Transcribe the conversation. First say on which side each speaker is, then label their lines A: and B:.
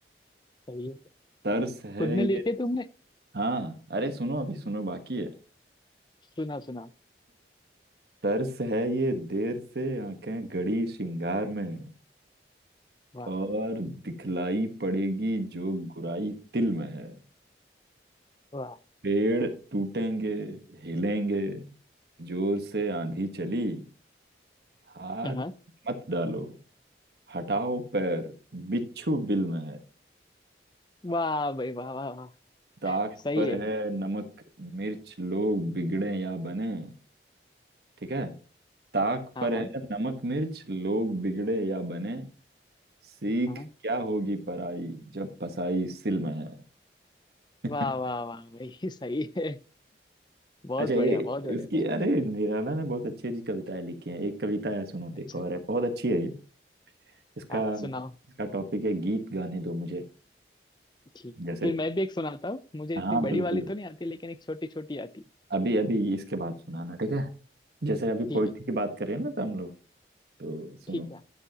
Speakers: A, on the left (about 25°); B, on the right (about 60°).
A: सही है
B: तर्स है
A: खुद ने
B: ये
A: लिखे तुमने
B: हाँ अरे सुनो अभी सुनो बाकी है
A: सुना सुना
B: तर्स है ये देर से आंखें गड़ी श्रृंगार में
A: वाह
B: और दिखलाई पड़ेगी जो गुराई तिल में है
A: वाह
B: पेड़ टूटेंगे हिलेंगे जोर से आंधी चली हाथ
A: हाँ
B: मत डालो हटाओ पैर बिच्छू बिल में है
A: वाह भाई वाह वाह वाह
B: ताक
A: सही
B: पर
A: है
B: है नमक मिर्च लोग बिगड़े या बने ठीक है ताक
A: हाँ
B: पर
A: हाँ
B: है नमक मिर्च लोग बिगड़े या बने सीख
A: हाँ
B: क्या होगी पराई जब पसाई सिल में है <laughs>
A: वाह वाह वाह भाई <laughs> सही है बहुत
B: अच्छा ये
A: बढ़िया बहुत बढ़िया
B: इसकी
A: भाई
B: अरे निराला ने बहुत अच्छी अच्छी कविताएं लिखी हैं एक कविता है सुनो एक
A: अच्छा
B: और है बहुत अच्छी है ये इसका
A: हाँ सुनाओ
B: इसका टॉपिक है गीत गाने दो मुझे
A: ठीक
B: जैसे
A: फिर मैं भी एक सुनाता हूँ मुझे
B: हाँ
A: इतनी बड़ी
B: बिल्कुल
A: वाली तो नहीं आती लेकिन एक छोटी छोटी आती
B: अभी अभी इसके बाद सुनाना ठीक है जैसे अभी पोइट्री
A: ठीक है
B: की बात करें ना तो हम लोग तो सुनो
A: ठीक है